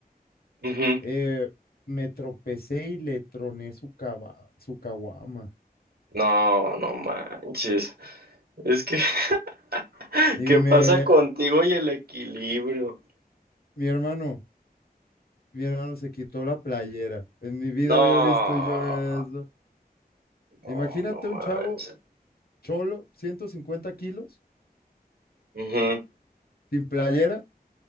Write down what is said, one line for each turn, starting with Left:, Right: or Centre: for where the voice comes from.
Right: ujú.
Left: eh, me tropecé y le troné su, cava- su caguama.
Right: No, no manches. Es que, <laughs>
Left: Y
Right: ¿qué
Left: me,
Right: pasa contigo y el equilibrio?
Left: mi hermano, Mi hermano se quitó la playera. En mi vida
Right: No,
Left: había visto yo eso.
Right: no,
Left: Imagínate
Right: no
Left: un
Right: manches.
Left: chavo cholo, 150 kilos,
Right: Ujú.
Left: sin playera